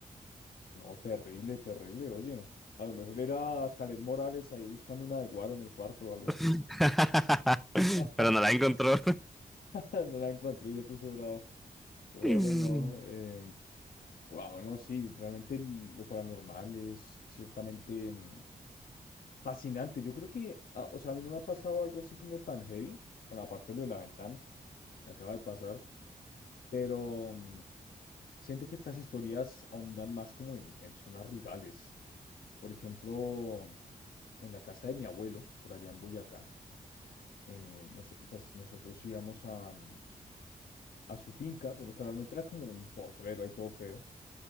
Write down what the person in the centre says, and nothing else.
<laughs>
Pero no la encontró.
<laughs>